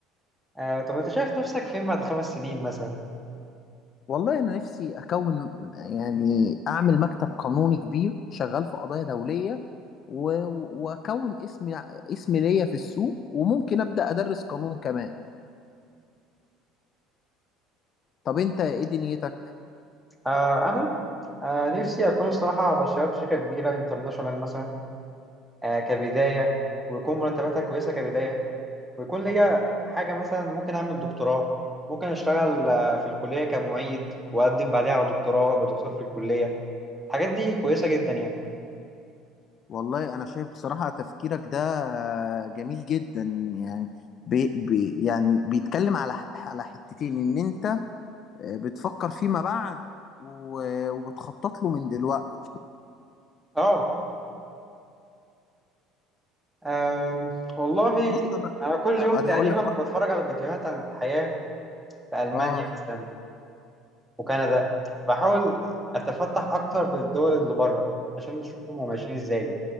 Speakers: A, in the centre; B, on the left (about 45°).
A: آه، طب أنت شايف نفسك فين بعد خمس سنين مثلا؟
B: والله انا نفسي اكون يعني اعمل مكتب قانوني كبير شغال في قضايا دوليه و- واكون اسم اسم ليا في السوق وممكن ابدا ادرس قانون كمان طب انت ايه دنيتك
A: آه، أنا آه، نفسي أكون الصراحة بشتغل في شركة كبيرة انترناشونال مثلا آه، كبداية ويكون مرتباتها كويسة كبداية ويكون ليا حاجة مثلا ممكن أعمل دكتوراه ممكن أشتغل آه، في الكلية كمعيد وأقدم بعدها على دكتوراه أبقى دكتور في الكلية الحاجات دي كويسة جدا يعني
B: والله انا شايف بصراحه تفكيرك ده جميل جدا يعني بي بي يعني بيتكلم على ح- على حتتين ان انت بتفكر فيما بعد و- وبتخطط له من دلوقتي
A: آه آم، والله
B: بص انا
A: أنا كل يوم
B: انا
A: تقريبا
B: هقول لك
A: بتفرج
B: برضه
A: على فيديوهات عن الحياة في ألمانيا
B: اه
A: مثلا وكندا بحاول أتفتح أكتر للدول اللي بره عشان نشوفهم هم ماشيين إزاي